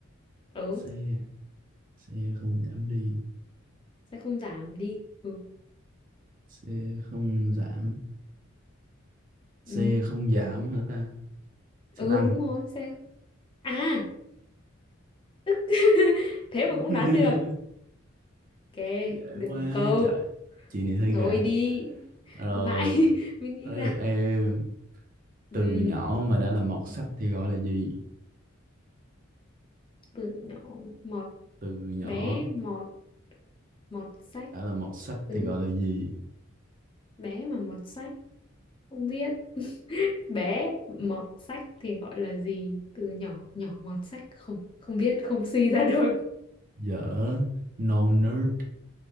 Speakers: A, on the left; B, on the right.
A: ừ
B: xe xe không giảm đi
A: sẽ không giảm đi ừ
B: xe không giảm xe
A: ừ,
B: không giảm hả ta
A: ừ
B: xe tăng
A: đúng rồi xe à <laughs> thế
B: <laughs>
A: mà cũng đoán được Ok,
B: dễ
A: được
B: quá
A: một câu.
B: trời chị này hơi
A: Thôi
B: gà
A: đi.
B: rồi
A: Mãi <laughs> mình nghĩ
B: tới
A: ra.
B: lượt em
A: Ừ,
B: từ nhỏ mà đã là mọt sách thì gọi là gì
A: từ nhỏ mọt
B: từ nhỏ
A: bé mọt mọt sách.
B: đã là mọt sách
A: Ừ,
B: thì gọi là gì
A: bé mà mọt sách không biết. Bé mọt sách thì gọi là gì? Từ nhỏ nhỏ mọt sách không không biết, không suy ra được.
B: dở no nerd